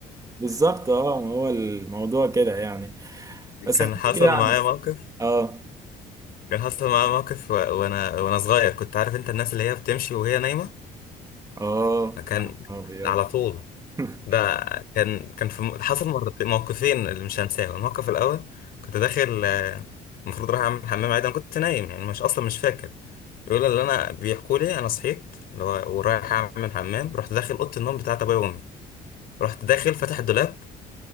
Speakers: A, on the right; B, on the left.
A: بالظبط اه ما هو الموضوع كده يعني بس
B: كان
A: احكي
B: حصل
A: لي كده عن
B: معايا موقف
A: اه
B: كان حصل معايا موقف و- وانا وانا صغير كنت عارف انت الناس اللي هي بتمشي وهي نايمة
A: اه
B: كان
A: يا نهار ابيض
B: على طول
A: <laughs>
B: ده كان كان في م- حصل مرتين موقفين اللي مش هنساهم الموقف الاول كنت داخل آه، المفروض رايح اعمل حمام عادي انا كنت نايم يعني مش اصلا مش فاكر بيقول اللي انا بيحكوا لي انا صحيت اللي هو ورايح اعمل حمام رحت داخل اوضه النوم بتاعت ابويا وامي رحت داخل فاتح الدولاب